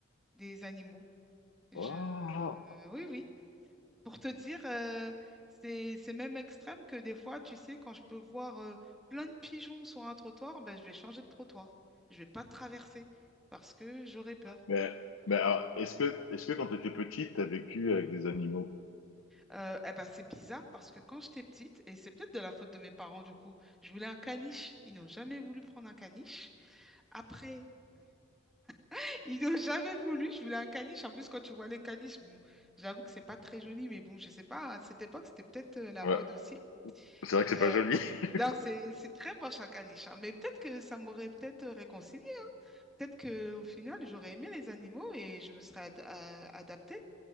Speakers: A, in the centre; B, on the left (about 85°).
A: des animaux. Je,
B: Oh.
A: oui, oui. Pour te dire, euh, c'est, c'est même extrême que des fois, tu sais, quand je peux voir euh, plein de pigeons sur un trottoir, ben, je vais changer de trottoir, je vais pas traverser parce que j'aurais peur.
B: Mais, mais alors, est-ce que, est-ce que quand t'étais petite, t'as vécu avec des animaux?
A: Euh, eh ben, c'est bizarre parce que quand j'étais petite, et c'est peut-être de la faute de mes parents du coup, je voulais un caniche. Ils n'ont jamais voulu prendre un caniche. Après, <laughs> ils n'ont jamais voulu. Je voulais un caniche. En plus, quand tu vois les caniches, bon, j'avoue que c'est pas très joli, mais bon, je sais pas. À cette époque, c'était peut-être euh, la
B: Ouais,
A: mode aussi.
B: c'est vrai que c'est pas
A: Euh,
B: joli. <laughs>
A: non, c'est c'est très moche un caniche, hein, mais peut-être que ça m'aurait peut-être euh, réconcilié. Peut-être que au final, j'aurais aimé les animaux et je me serais ad- a- adaptée.